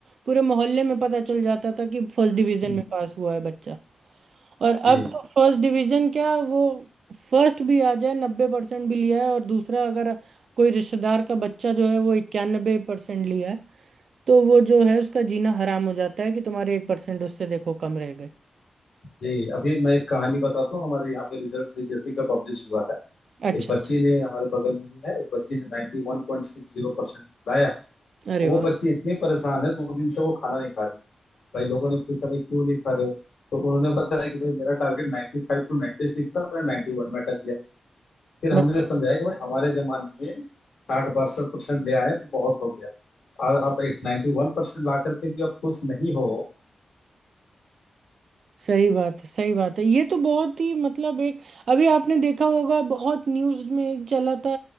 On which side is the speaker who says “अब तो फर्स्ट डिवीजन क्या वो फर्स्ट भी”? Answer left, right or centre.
Right